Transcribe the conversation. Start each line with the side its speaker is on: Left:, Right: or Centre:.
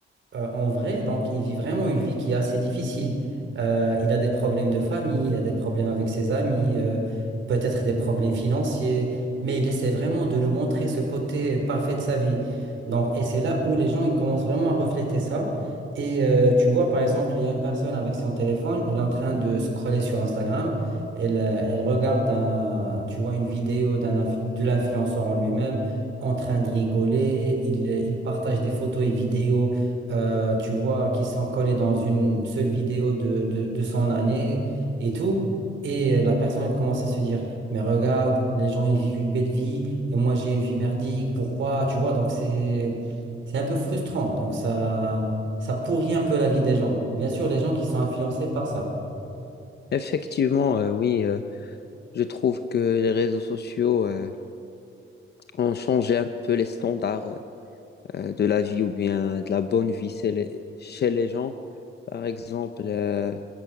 Right: euh, en vrai, donc il vit vraiment une vie qui est assez difficile. Euh, il a des problèmes de famille, il a des problèmes avec ses amis, euh, peut-être des problèmes financiers, mais il essaie vraiment de nous montrer ce côté parfait de sa vie. Donc, et c'est là où les gens ils commencent vraiment à refléter ça. Et euh, tu vois, par exemple, il y a une personne avec son téléphone, elle est en train de scroller sur Instagram, elle, euh, elle regarde un, tu vois, une vidéo d'un, inf- de l'influenceur en lui-même, en train de rigoler, il, euh, il partage des photos et vidéos euh, tu vois, qui sont collés dans une seule vidéo de, de, de son année et tout. Et euh, la personne elle commence à se dire, mais regarde, les gens, ils vivent une belle vie et moi, j'ai une vie merdique, pourquoi? Tu vois, donc c'est, c'est un peu frustrant. Donc ça, ça pourrit un peu la vie des gens. Bien sûr, les gens qui sont influencés par ça.
Left: Effectivement, euh, oui, euh, je trouve que les réseaux sociaux euh, ont changé un peu les standards euh, de la vie ou bien de la bonne vie chez les, chez les gens. Par exemple, euh,